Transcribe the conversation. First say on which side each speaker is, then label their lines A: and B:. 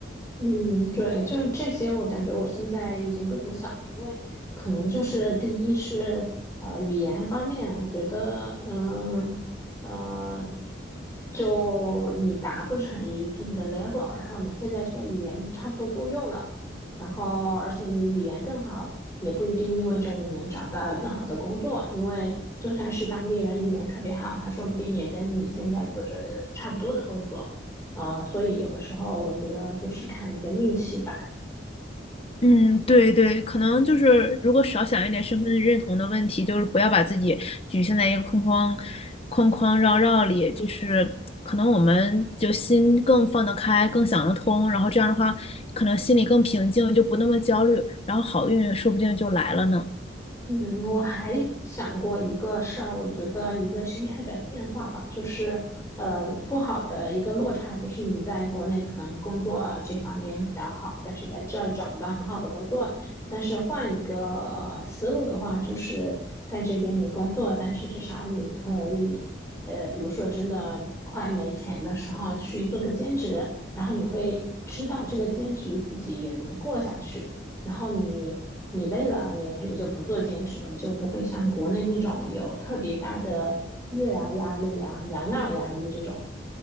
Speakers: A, on the left (about 15°); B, on the left (about 30°).
A: 嗯，对，就是这些，我感觉我现在已经不怎么想了，因为可能就是第一是呃语言方面，我觉得嗯呃，就你达不成一定的 level，然后你现在这个语言差不多够用了，然后而且你语言更好，也不一定意味着你能找到更好的工作，因为就算是当地人语言特别好，他说不定也跟你现在做着差不多的工作。啊、所以有的时候我觉得就是看一个运气吧。
B: 嗯，对对，可能就是如果少想一点身份认同的问题，就是不要把自己局限在一个框框框框绕绕里，就是可能我们就心更放得开，更想得通，然后这样的话，可能心里更平静，就不那么焦虑，然后好运说不定就来了呢。
A: 嗯，我还想过一个事儿，我觉得一个心态的变化吧，就是呃，不好的一个落差，就是你在国内可能工作这方面比较好，但是在这儿找不到很好的工作。但是换一个思路的话，就是在这边没工作，但是至少你可以，呃，比如说真的快没钱的时候去做个兼职，然后你会知道这个兼职自己也能过下去。然后你你累了，你也可以就不做兼职了，就不会像国内那种有特别大的医疗压力啊、养老压力这种。